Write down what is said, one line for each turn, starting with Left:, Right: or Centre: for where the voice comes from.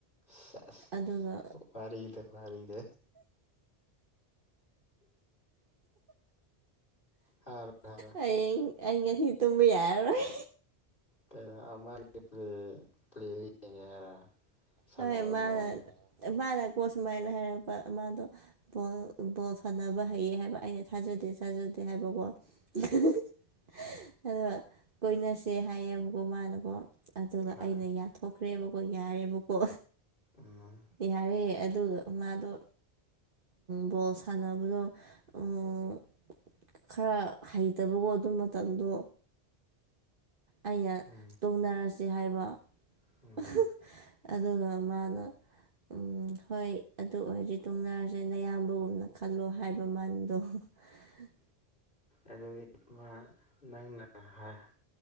Left: ꯁꯦꯁ
Right: ꯑꯗꯨꯒ
Left: ꯋꯥꯔꯤꯗꯣ ꯋꯥꯔꯤꯗꯣ ꯍꯔꯣ ꯍꯔꯣ
Right: ꯍꯌꯦꯡ ꯑꯩ ꯉꯁꯤ ꯇꯨꯝꯕ ꯌꯥꯔꯔꯣꯏ
Left: ꯀꯩꯩꯅꯣ ꯃꯥꯒꯤ ꯄ꯭ꯂꯦ ꯌꯦꯡꯉꯦ ꯍꯥꯏꯔ ꯁꯥꯟꯅꯕ
Right: ꯍꯣꯏ ꯃꯥꯅ
Left: ꯃꯑꯣꯡꯗ
Right: ꯃꯥꯅꯀꯣ ꯁꯨꯃꯥꯏꯅ ꯍꯥꯏꯔꯛꯄ ꯃꯥꯗꯣ ꯕꯣꯜ ꯕꯣꯜ ꯁꯥꯟꯅꯕ ꯍꯩꯌꯦ ꯍꯥꯏꯕ ꯑꯩꯅ ꯊꯥꯖꯗꯦ ꯊꯥꯖꯗꯦ ꯍꯥꯏꯕꯀꯣ <unintelligible> ꯑꯗꯣ ꯀꯣꯏꯅꯁꯦ ꯍꯥꯏꯌꯦꯕꯀꯣ ꯃꯥꯅꯀꯣ ꯑꯗꯨꯒ
Left: ꯍꯥ
Right: ꯑꯩꯅ ꯌꯥ ꯊꯣꯛꯈ꯭ꯔꯦꯕꯀꯣ ꯌꯥꯔꯦꯕꯀꯣ
Left: ꯎꯝ
Right: ꯌꯥꯔꯦ ꯑꯗꯨꯒ ꯃꯥꯗꯣ ꯕꯣꯜ ꯁꯥꯟꯅꯕꯗꯣ ꯎꯝ ꯈꯔ ꯍꯩꯇꯕꯒꯣ ꯑꯗꯨ ꯃꯇꯝꯗꯣ ꯑꯩꯅ
Left: ꯎꯝ
Right: ꯇꯣꯡꯅꯔꯁꯦ ꯍꯥꯏꯕ
Left: ꯎꯝ
Right: <unintelligible> ꯑꯗꯨꯒ ꯃꯥꯅ ꯎꯝ ꯍꯣꯏ ꯑꯗꯨ ꯑꯣꯏꯔꯗꯤ ꯇꯣꯛꯅꯔꯁꯦ ꯅꯌꯥꯝꯕꯒꯨꯝꯅ ꯈꯜꯂꯣ ꯍꯥꯏꯕ ꯃꯥꯅꯥꯗꯣ <unintelligible>
Left: ꯑꯗꯨ ꯃꯥ ꯅꯪꯅ ꯍꯥꯏ ꯇꯣ